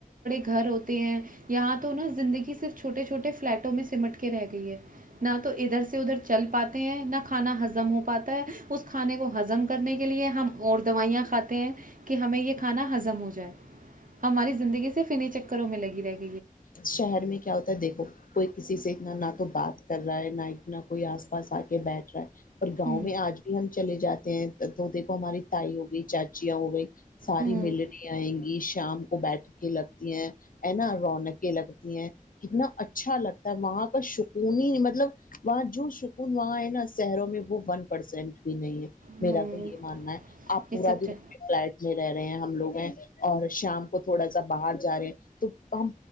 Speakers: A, on the right; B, on the left.
A: گھر ہوتے ہے یہاں تو نہ زندگی صرف چھوٹے چھوٹے فلیٹوں میں سمٹ کے ره گئی ہے <unintelligible> <unintelligible> اس کھانے کو ہضم کرنے کیلئے ہم اور دوائیاں کھاتے ہیں اور کھانا ہضم ہو جائے ہماری زندگی سے انہیں چکروں میں لگی رہ گئی
B: شہر میں کیا ہوتا ہے دیکھو کوئی کسی سے اتنا تو بات کر رہا ہے نہ اتنا کوئی اس پاس ا کے بیٹھ رہا ہے اور گاؤں
A: ہوں
B: میں آج بھی ہم چلے جاتے ہیں دیکھو ہماری تائی ہو گئی چاچیاں ہو گئی ساری
A: ہوں
B: ملنی آئیں گی شام کو بیٹھ کے لگتی ہیں ہینا رونق لگتی ہیں کتنا اچھا لگتا ہے وہاں کا سکون ہی مطلب وہاں جو سکون وہاں ہے نہ شہروں میں وہ ون پرسینٹ نہیں ہے میرا
A: ہوں
B: تو یہ ماننا ہے آپ پورا
A: یہ سچ
B: دن
A: ہے
B: اپنے فلیٹ میں رہ رہے ہیں ہم لوگ ہیں اور شام کو تھوڑا سا باہر جا رہے تو ہم